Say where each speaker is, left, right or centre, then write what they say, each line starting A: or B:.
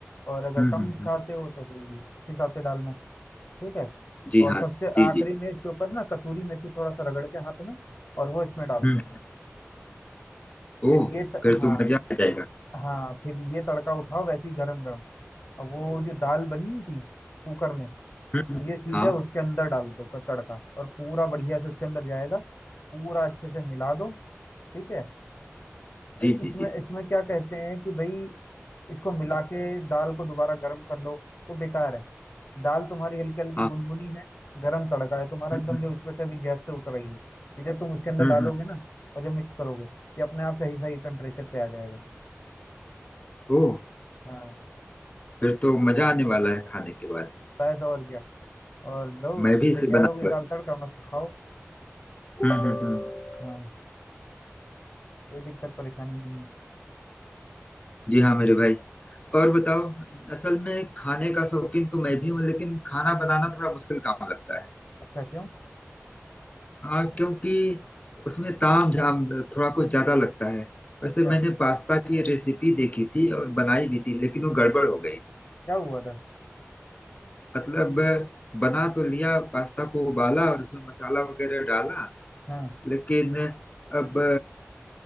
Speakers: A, on the left; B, on the left.
A: और अगर
B: हम्म हम्म
A: कम
B: हम्म,
A: खाते हो तो भाई उस हिसाब से डालना ठीक है
B: जी
A: और
B: हाँ
A: सबसे
B: जी
A: आखिरी
B: जी
A: में इसके ऊपर ना कसूरी मेथी थोड़ा सा रगड़ के हाथ में और वो इसमें डाल
B: हम्म
A: दो फिर
B: ओह
A: ये त-
B: फिर
A: हाँ
B: तो मजा आ जाएगा
A: हाँ फिर ये तड़का उठाओ वैसे ही गरम गरम अब वो जो दाल बनी हुई थी कुकर में
B: हम्म
A: ये सीधे
B: हाँ
A: उसके अंदर डाल दो क- तड़का और पूरा बढ़िया से उसके अंदर जाएगा पूरा अच्छे से मिला दो ठीक है अ,
B: जी
A: इसमें
B: जी जी
A: इसमें क्या कहते हैं कि भाई इसको मिला के दाल को दोबारा गर्म कर लो वो बेकार है दाल तुम्हारी हल्की हल्की
B: हाँ
A: गुनगुनी है गरम तड़का है तुम्हारा
B: हम्म
A: एकदम
B: हम्म
A: जो उसमें से अभी गैस से उतर रही है ये जब तुम उसके अंदर
B: हम्म
A: डालोगे
B: हम्म
A: ना और जब मिक्स करोगे ये अपने आप सही सही टेम्परेचर पे आ जाएगा
B: ओह
A: हाँ
B: फिर तो मजा आने वाला है खाने के बाद
A: बस और क्या और लो
B: मैं भी इसे
A: तैयार
B: बनाऊंगा
A: हो गई दाल तड़का मस्त खाओ
B: हम्म, हम्म। हम्म।
A: हाँ कोई दिक्कत परेशानी नहीं है
B: जी हाँ मेरे भाई और बताओ असल में खाने का शौकीन तो मैं भी हूँ लेकिन खाना बनाना थोड़ा मुश्किल काम लगता है
A: अच्छा क्यों
B: हाँ क्योंकि उसमें ताम झाम थोड़ा कुछ ज्यादा लगता है वैसे
A: अच्छा
B: मैंने पास्ता की रेसिपी देखी थी और बनाई भी थी लेकिन वो गड़बड़ हो गई
A: क्या हुआ था
B: मतलब बना तो लिया पास्ता को उबाला और उसमें मसाला वगैरह डाला
A: हाँ
B: लेकिन अब